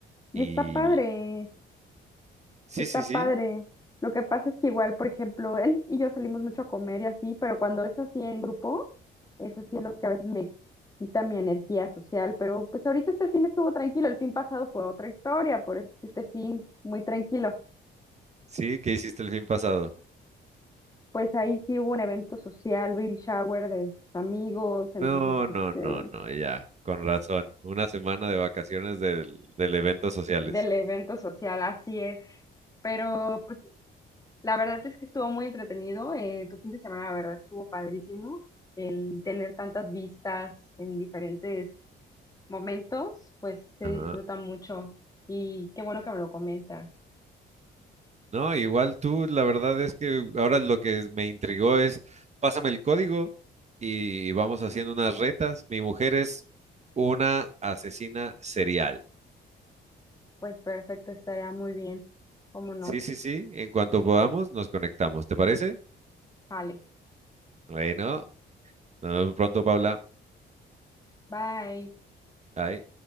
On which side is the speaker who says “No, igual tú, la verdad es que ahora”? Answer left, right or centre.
Right